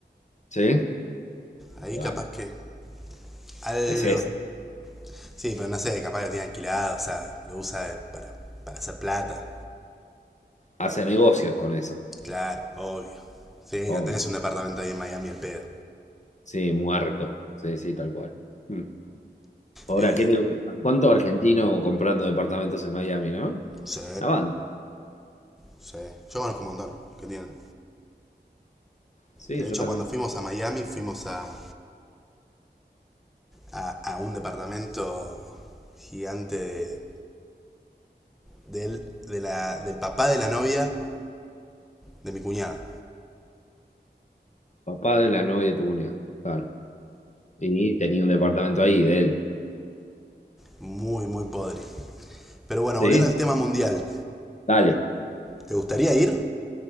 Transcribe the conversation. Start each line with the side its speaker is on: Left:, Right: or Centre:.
Left: ¿sí?
Centre: Ahí
Left: Y bueno,
Centre: capaz que algo.
Left: es eso.
Centre: Sí, pero no sé, capaz lo tiene alquilado, o sea, lo usa de- para, para hacer plata.
Left: Hace negocios con eso,
Centre: Claro, obvio. Sí,
Left: obvio.
Centre: no tenés un departamento ahí en Miami al pedo.
Left: Sí, muerto. Sí, sí, tal cual. Mm. Ahora,
Centre: Ey,
Left: ¿qué te- ¿cuánto argentino comprando departamentos en Miami, no?
Centre: sí,
Left: La banda.
Centre: sí. Yo conozco un montón que tienen.
Left: Sí,
Centre: De
Left: yo
Centre: hecho,
Left: también.
Centre: cuando fuimos a Miami, fuimos a, a, a un departamento gigante de, del, de la- del papá de la novia de mi cuñado.
Left: Papá de la novia de tu cuñado. Claro. Y tenía un departamento ahí de él.
Centre: Muy, muy podre. Pero bueno,
Left: ¿Sí?
Centre: volviendo al tema mundial.
Left: Dale,
Centre: ¿Te gustaría ir?